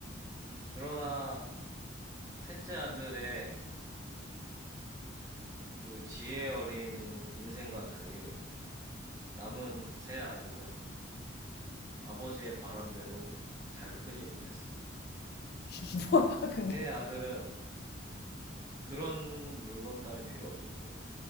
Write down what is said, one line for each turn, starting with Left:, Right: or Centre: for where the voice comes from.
Right: 그러나, 셋째 아들의 그 지혜 어린 인생과 달리, 남은 세 아들은 아버지의 바람대로 잘 크지 못했습니다.
Left: <laughs> 뭐야 그게?
Right: 세 아들은 그런 물건 따윈 필요 없었고,